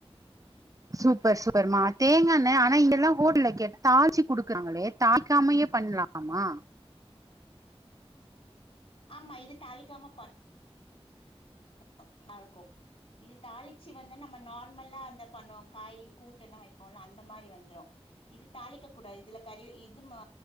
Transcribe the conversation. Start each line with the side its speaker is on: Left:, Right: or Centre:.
Right: சூப்பர் சூப்பர்மா தேங்கா எண்ணெ ஆனா இங்கெல்லா ஹோட்ல்ல கேட்ட தாள்ச்சு குடுக்குறாங்களே தாளிக்காமயே பண்லா ஆமா
Left: ஆமா இது தாளிக்காம ப <unintelligible> இருக்கும் இது தாளிச்சி வந்து நம்ம நார்மலா அந்த பண்ணு வாங் காயில் கூட்டெல்லா வைப்போல அந்த மாரி வந்துரு இது தாளிக் க கூடாது இதுல கரி இதுமா